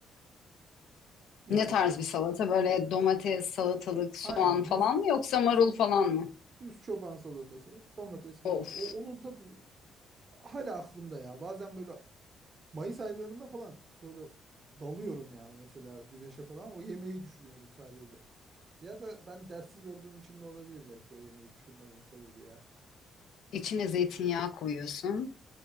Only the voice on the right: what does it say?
Ya
işte
aynen
düz
düz
düz çoban salatası, domates mi
o onun tadı hala aklımda ya. Bazen böyle Mayıs aylarında falan böyle dalıyorum ya mesela güneşe falan o yemeği düşünüyorum sadece. Ya da ben derssiz olduğum için de olabilir belki o yemeği düşünmememin sebebi ya.